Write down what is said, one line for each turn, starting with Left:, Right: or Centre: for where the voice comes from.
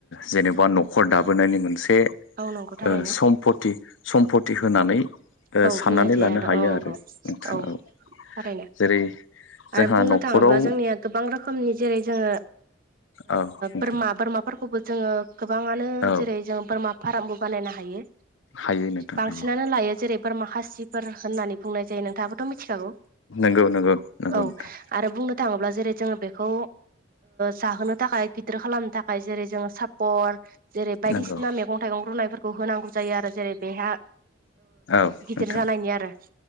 Left: जेनेबा न'खर दाबोनायनि मोनसे
Right: नंगौ
Left: बे
Right: थारैनो
Left: सम्पति सम्पति होनानै
Right: औ
Left: साननानै
Right: बुंनायसै
Left: लानो
Right: आदा
Left: हायो
Right: औ नंगौ
Left: आरो नोंथाङाव
Right: औ थारैनो
Left: जेरै जोंहा
Right: आरो बुंनो
Left: न'खराव
Right: थाङोब्ला जोंनिया गोबां रोखोमनि जेरै जोङो
Left: औ नोंथां
Right: बोरमा बोरमाफोरखौबो जोङो गोबाङानो
Left: औ
Right: जेरै जों बोरमा फार्मबो बानायनो हायो
Left: हायो नोंथां
Right: बांसिनानो
Left: हायो
Right: लायो। जेरै फोर माखासिफोर होननानै बुंनाय जायो नोंथाङाबोथ' मिथिखागौ
Left: नंगौ नंगौ नंगौ
Right: औ
Left: नोंथां
Right: आरो बुंनो थाङोब्ला जेरै जोङो बेखौ जाहोनो थाखाय गिदिर खालामनो थाखाय जेरै जोङो सापर जेरै बायदिसिना
Left: नंगौ
Right: मैगं थाइगं रुनायफोर खौ होनांगौ जायो आरो जेरै बेहा
Left: औ
Right: गिदिर
Left: नोंथां
Right: जालायनि आरो